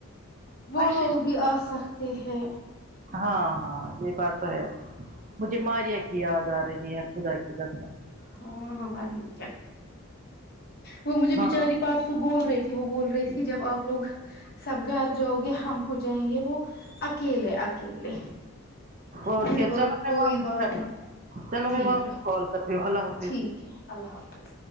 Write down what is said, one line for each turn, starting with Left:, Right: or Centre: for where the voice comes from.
Right: ہیں
Left: وہ
Right: اچھے
Left: لوگ
Right: سے
Left: بھی آ سکتے ہیں
Right: ہاں ہاں یہ بات ہے مجھے ماریا کی یاد آ رہی ہے خدا کی قسم
Left: ہاں ہاں ماریا کیا وہ مجھے
Right: ہاں
Left: بچاری پارسوم بول رہی تھی وہ بول رہے کہ جب آپ لوگ سب گھر جاؤ گے ہم ہو جائیں گے وہ اکیلے اکیلے
Right: اور
Left: میں
Right: کیا
Left: نے بولا
Right: چلو میں
Left: کوئی
Right: واپس
Left: بات
Right: کرتی
Left: نہیں
Right: چلو میں
Left: ٹھیک
Right: واپس
Left: ہے
Right: کال کرتی ہوں اللہ حافظ
Left: ٹھیک ہے اللہ حافظ